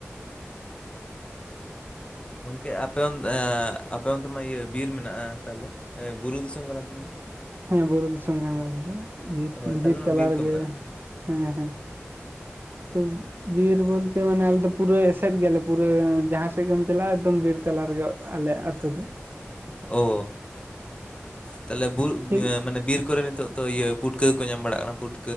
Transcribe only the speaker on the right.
ᱦᱮᱸ ᱵᱩᱨᱩ ᱫᱤᱥᱚᱢ ᱠᱟᱱᱟᱞᱮ ᱟᱞᱮ ᱫᱚ ᱵᱤᱨ
ᱵᱤᱨ ᱛᱟᱞᱟ
ᱨᱮᱜᱮ,
ᱦᱮᱸ ᱦᱮᱸ ᱾ ᱛᱩᱢ ᱵᱤᱨ ᱵᱚᱞᱛᱮ ᱢᱟᱱᱮ ᱟᱞᱮᱚ ᱯᱩᱨᱟᱹ ᱮᱥᱮᱫ ᱜᱮᱭᱟᱞᱮ ᱯᱩᱨᱟᱹ ᱡᱟᱦᱟᱸ ᱥᱮᱫ ᱜᱮᱢ ᱪᱟᱞᱟᱜᱼᱟ ᱮᱠᱫᱚᱢ ᱵᱤᱨ ᱛᱟᱞᱟ ᱨᱮᱜᱮ ᱟᱞᱮ ᱟᱛᱳ ᱫᱚ ᱾
ᱴᱷᱤᱠ